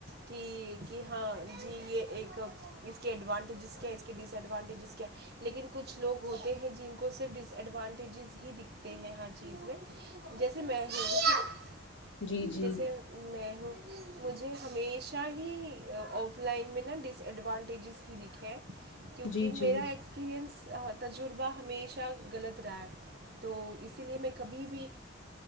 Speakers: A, on the right; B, on the left.
A: کہ کہ ہاں جی یہ ایک اس کے ایڈوانٹیجس کیا اس کے ڈس ایڈوانٹیج کیا لیکن کچھ لوگ ہوتے ہیں جن کو صرف ڈس ایڈوانٹیجز ہی دکھتے تے ہیں ہر چیز میں جیسے میں ہوں
B: جی جی
A: جیسے میں ہوں مجھے ہمیشہ ہی آف لائن میں نا ڈس ایڈوانٹیجز ہی دکھیں کیونکہ
B: جی
A: میرا
B: جی
A: ایکسپییرئنس تجربہ ہمیشہ غلط رہا ہے تو اسی لیے میں کبھی بھی